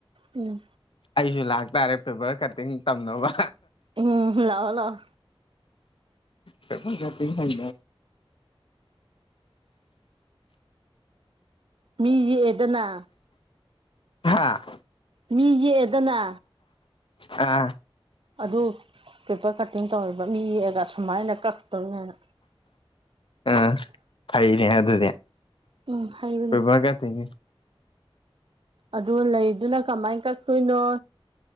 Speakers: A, on the right; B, on the left.
A: ꯎꯝ
B: ꯑꯩꯁꯨ ꯂꯥꯛꯇꯥꯔꯦ ꯄꯦꯄꯔ ꯀꯠꯇꯤꯡ ꯇꯝꯅꯕ
A: ꯎꯝ ꯂꯑꯣ ꯂꯥꯛꯑꯣ
B: ꯐ ꯆꯄꯤ ꯍꯥꯏ
A: ꯃꯤ ꯌꯦꯛꯑꯦꯗꯅ
B: ꯍꯥꯥ
A: ꯃꯤ ꯌꯦꯛꯑꯦꯗꯅ
B: ꯑ
A: ꯑꯗꯨ ꯄꯦꯄꯔ ꯀꯠꯇꯤꯡ ꯇꯧꯔꯤꯕ ꯃꯤ ꯌꯦꯛꯑꯒ ꯑꯨꯃꯥꯏꯅ ꯀꯛꯇꯣꯏꯅꯦꯅ
B: ꯑꯥ ꯐꯩꯅꯦ ꯑꯗꯨꯗꯤ
A: ꯎꯝ ꯍꯩꯕꯅꯦ
B: ꯀꯣꯏꯕ ꯀ ꯇꯣꯏꯅꯦ
A: ꯑꯗꯨ ꯂꯩꯗꯨꯅ ꯀꯃꯥꯏ ꯀꯛꯇꯣꯏꯅꯣ